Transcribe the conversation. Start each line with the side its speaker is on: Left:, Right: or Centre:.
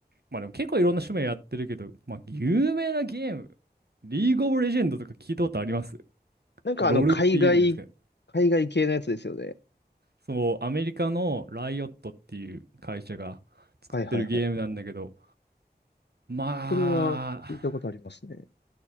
Right: まあでも結構いろんな趣味やってるけど、まあ有名なゲーム、リーグオブレジェンドとか聞いたことあります
Left: なんかあの、
Right: ロールって言うんですけど
Left: 海外、海外系のやつですよね。
Right: そう、アメリカのライオットっていう会社が作ってるゲームなんだけど、
Left: はいはいはい
Right: ま
Left: それは聞いたことありますね。
Right: あ、